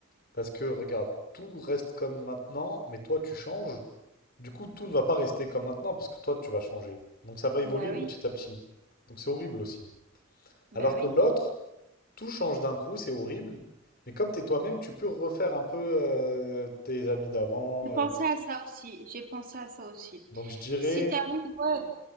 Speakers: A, on the left; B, on the right.
A: Parce que regarde, tout reste comme maintenant, mais toi tu changes. Du coup, tout ne va pas rester comme maintenant parce que toi tu vas changer. Donc ça va
B: Bah
A: évoluer
B: oui,
A: petit à petit. Donc c'est horrible aussi.
B: bah
A: Alors
B: oui.
A: que l'autre, tout change d'un coup, c'est horrible. Mais comme t'es toi-même, tu peux refaire un peu euh, tes amis d'avant.
B: J'ai pensé
A: euh, t-
B: à ça aussi, j'ai pensé à ça aussi.
A: Donc je dirais,
B: Si t'arrives, ouais.